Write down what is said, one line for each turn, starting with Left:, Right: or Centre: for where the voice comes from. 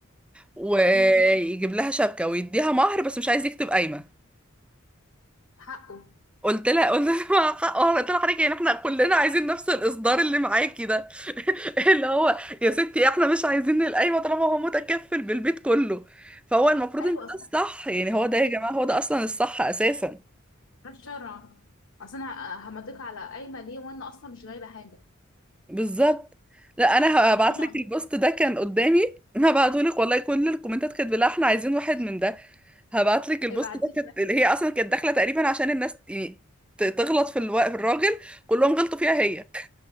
Centre: ويجيب
Left: امم
Centre: لها شبكه ويديها مهر بس مش عايز يكتب قايمه
Left: حقه
Centre: قلت لها قلت لها مع حق- آه، قلت لها حضرتك يعني احنا كلنا عايزين نفس الاصدار اللي معاكي ده <laughs> اللي هو يا ستي احنا مش عايزين القايمه طالما هو متكفل بالبيت كله فهو المفروض
Left: ايوه
Centre: ان ده
Left: اصلا
Centre: الصح يعني هو ده
Left: ايوه
Centre: يا جماعه هو ده اصلا الصح اساسا
Left: ده الشرع اصل انا همضيك على قايمه ليه وانا اصلا مش غايبه حاجه
Centre: بالظبط لا انا
Left: النتيجه
Centre: هبعت لك
Left: عليك
Centre: البوست ده كان قدامي هبعته لك والله كل الكومنتات كانت بالله احنا عايزين واحد من ده هبعت لك البوست
Left: ابعتيلي
Centre: ده كانت اللي هي اصلا كانت داخله تقريبا عشان الناس يعني ت- تغلط في الو... في الراجل كلهم غلطوا فيها هي